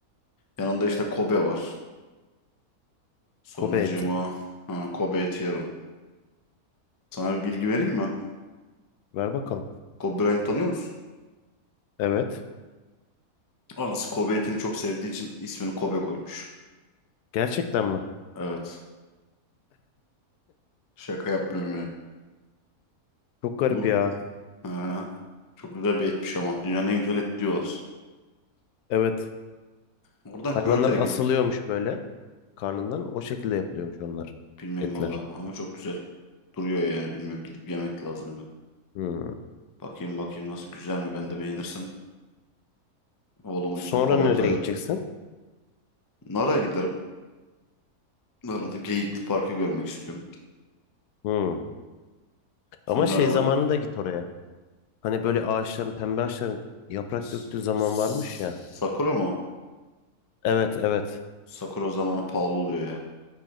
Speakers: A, on the left (about 30°); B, on the left (about 90°).
A: Yanında işte Kobe var. Sonracığıma
B: Kobe eti.
A: ha, Kobe eti yerim. Sana bir bilgi vereyim mi?
B: Ver bakalım.
A: Kobe Bryant tanıyor musun?
B: Evet.
A: Anası Kobe etini çok sevdiği için ismini Kobe koymuş.
B: Gerçekten mi?
A: Evet. Şaka yapmıyorum ya.
B: Çok garip
A: Bu
B: ya.
A: ha, çok güzel bir etmiş ama. Dünyanın en güzel et diyorlar.
B: Evet.
A: Oradan
B: Hayvanlar
A: Kyoto'ya
B: asılıyormuş
A: gitmiş.
B: böyle karnından. O şekilde yapılıyormuş onlar.
A: Bilmiyorum
B: Etler.
A: valla ama çok güzel. Duruyor yani bilmiyorum. Gidip yemek lazım bir.
B: Hmm.
A: Bakayım bakayım nasıl güzel mi ben de beğenirsem. Oğlumun
B: Sonra
A: ismini Kobe
B: nereye
A: koyarım.
B: gideceksin?
A: Nara'ya giderim. Nara'da Geyikli Park'ı görmek istiyorum.
B: Hmm.
A: Sonra
B: Ama şey zamanında git oraya. Hani böyle ağaçların, pembe ağaçların yaprak
A: S-
B: döktüğü zaman
A: S-
B: varmış ya.
A: Sakura mı?
B: Evet, evet.
A: Sakura zamanı pahalı oluyor ya.